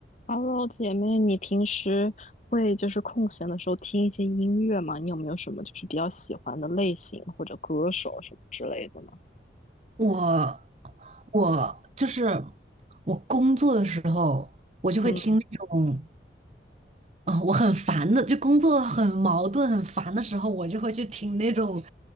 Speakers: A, on the left; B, on the right.
A: Hello，姐妹，你平时会就是空闲的时候听一些音乐吗？你有没有什么就是比较喜欢的类型或者歌手什么之类的呢？
B: 我我就是我工作的时候，我就会听那种，
A: 嗯，
B: 啊、我很烦的，就工作很矛盾、很烦的时候，我就会去听那种